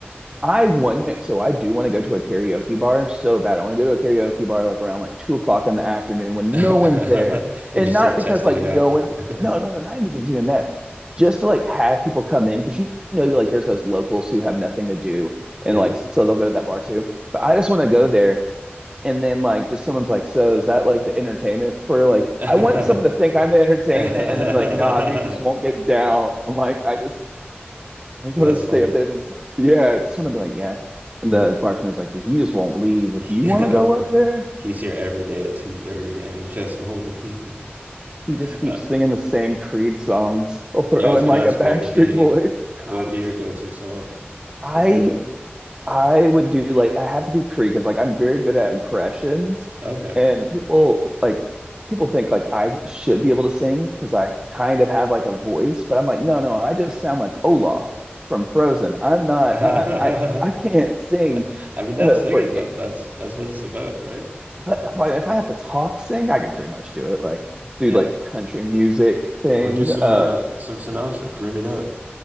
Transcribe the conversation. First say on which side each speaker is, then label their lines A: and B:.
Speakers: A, on the right; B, on the right.
A: I want so I do want to go to a karaoke bar so bad. I want to go to a karaoke bar like around like two o'clock in the afternoon
B: <laughs>
A: when
B: And
A: no one's there, and
B: just
A: not
B: start
A: because
B: testing
A: like
B: it
A: no
B: out.
A: one's
B: <laughs>
A: no no no not even doing that, just to like have people come in because you know you like there's those locals who have nothing to do and
B: Yeah.
A: like so they'll go to that bar too. But I just want to go there and then like just someone's like, so is that like the entertainment for like
B: <laughs>
A: I want someone to think I'm the entertainment
B: That's
A: and then like nah dude just won't get down. <laughs> Like I just I just want to
B: funny.
A: stay up there then yeah, I just want to be like, yeah. And the bartender's like, he just won't leave. If
B: He-
A: you want
B: <laughs>
A: to go up there,
B: He's here every day at 2:30 and he just won't leave. <laughs>
A: he just keeps
B: Uh,
A: singing the same Creed songs. He'll throw
B: yeah, I was
A: in
B: gonna
A: like
B: ask
A: a Backstreet
B: what would be
A: Boys. <laughs>
B: what would
A: No,
B: be your go-to song
A: I
B: for karaoke?
A: I would do like I have to do Creed because like I'm very good at impressions
B: Okay.
A: and people like people think like I should be able to sing because I kind of have like a voice, but I'm like, no, no, I just sound like Olaf from Frozen. I'm not uh,
B: <laughs> <laughs>
A: I I can't sing
B: I mean, that's
A: uh,
B: singing
A: for
B: though. That's that's what it's about, right?
A: but if I if I have to talk sing, I can pretty much do it. Like do
B: Yeah.
A: like the country music thing.
B: Or do some
A: Uh
B: uh some Sinatra, croon it out.